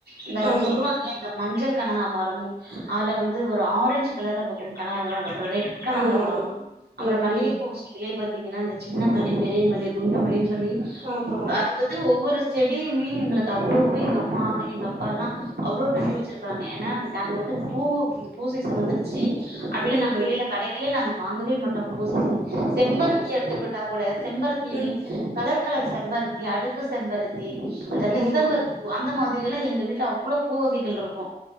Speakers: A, on the right (about 85°); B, on the right (about 40°).
A: இந்த அத
B: ஆமா
A: சொல்லுவாங்ளே
B: ஆமா
A: இந்த மஞ்சள் கனகாமரம் அதுல வந்து ஒரு ஆரஞ்ச் கலரா பூக்கும் கனகாமரம் அப்பற ரெட் கனகாமரம்
B: ஆமாமா
A: அப்புறம்
B: ம்
A: மல்லிகை
B: ம்
A: பூ செடிகளே பத் தீங்கன்னா அந்த ஜின்ன மல்லி, பெரிய மல்லி, குண்டு மல்லின் சொல்லி
B: ஆமா ஆமா
A: அது வந்து ஒவ்வொரு செடியுமே எங்களுக்கு அவ்ளோவு எங்க அம்மா எங்க அப்பா எல்லாம் அவ்ளோ நட்டு வச்சிருக் ப்பாங்க ஏன்னா நாங்க வந்து பூ பூ சீசன் வந்துரு ச்சி அப்படினா
B: ம்
A: நாங்க
B: ம்
A: வெளியில கடைகளே நாங்க வாங்கவே மாட்டோம் போ சீசனு செம்பருத்தி எடுத்துக்கிட்டா கூடா செம்பருத்தியுமே
B: ம் ம்
A: கலர் கலர செம்பருத்தி அடுக்கு செம்பருத்தி அந்த டிசம்பர்
B: ஆமாமா
A: பூ அந்த மாதிரி எல்லாம் எங்க வீட்ல அவ்ளோ பூ வகைகள் இருக்கும்